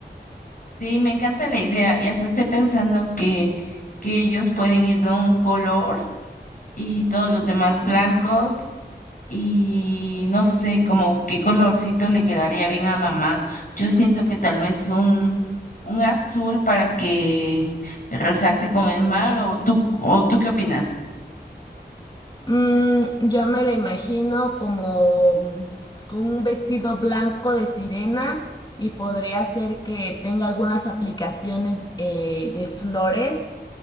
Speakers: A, on the left (about 50°); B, on the left (about 25°).
A: Sí, me encanta la idea y hasta estoy pensando que que ellos pueden ir de un color y todos los demás blancos Y no sé, como qué colorcito le quedaría bien a mamá. Yo siento que tal vez un, un azul para que resalte con el mar, o tú, o tú qué opinas.
B: Mm, yo me la imagino como mm, con un vestido blanco de sirena y podría ser que tenga algunas aplicaciones eh, de flores,